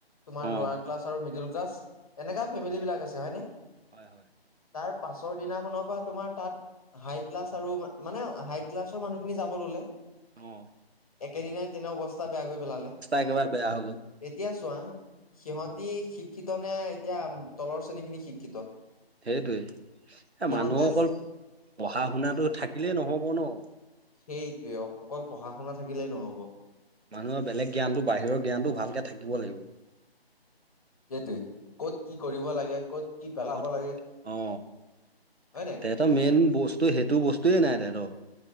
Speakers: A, on the left; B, on the right.
A: তোমাৰ
B: অ'।
A: লৱাৰ ক্লাছ আৰু মিডিল ক্লাছ এনেকা ফেমেলিবিলাক আছে হয়নে
B: হয় হয়
A: তাৰ পাছৰ দিনাখনৰ পৰা তোমাৰ তাত হাই ক্লাছ আৰু মানে হাই ক্লাছৰ মানুহখিনি যাব ললে
B: আহ
A: একেদিনাই তেনে অৱস্থা বেয়া কৰি পেলালে
B: একেবাৰে বেয়া হৈ গ'ল
A: এতিয়া চোৱা সিহঁতি শিক্ষিত নে এতিয়া তলৰ শ্ৰেণীখিনি শিক্ষিত
B: সেইটোৱেই এ
A: সিহঁতে
B: মানুহ অকল পঢ়া-শুনাটো থাকিলেই নহব ন
A: সেইটোৱেই অকল পঢ়া-শুনা থাকিলেই নহব।
B: মানুহৰ বেলেগ জ্ঞানটো বাহিৰৰ জ্ঞানটো ভালকে থাকিব লাগিব।
A: সেইটোৱেই ক'ত কি কৰিব লাগে ক'ত কি পেলাব
B: ক'ত
A: লাগে
B: অ
A: হয়
B: তেহেঁতৰ
A: নাই
B: মেইন বস্তু সেইটো বস্তুয়েই নাই তাহাঁতৰ